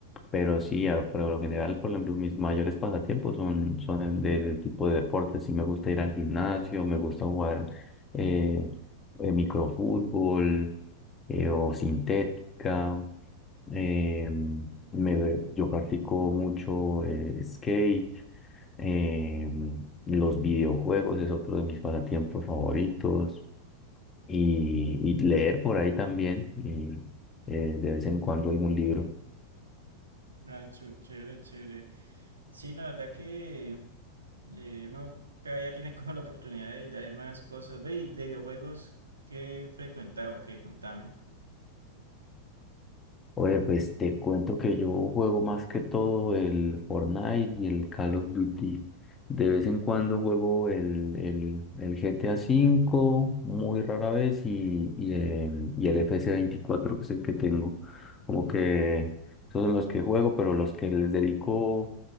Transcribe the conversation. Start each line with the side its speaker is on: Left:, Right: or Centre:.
Left: Pero sí, a- por lo general, por ejemplo, mis mayores pasatiempos son, son el del tipo de deportes. Sí, me gusta ir al gimnasio, me gusta jugar eh, eh, microfútbol eh, o sintética. eh, me, yo practico mucho eh, skate. eh, los videojuegos es otro de mis pasatiempos favoritos. Y, y leer por ahí también. Y, eh, de vez en cuando algún libro.
Right: Ah, chu- chévere, chévere. Sí, no, la verdad que eh, uno cada día tiene <laughs> como la oportunidad de, de hacer nuevas cosas. Ve, y de videojuegos, ¿qué frecuentas o qué? Contame.
Left: Oye, pues te cuento que yo juego más que todo el Fortnite y el Call of Duty. De vez en cuando juego el, el, el GTA V, muy rara vez, y, y, em, y el FC24, que es el que tengo. Como que esos son los que juego, pero los que les dedico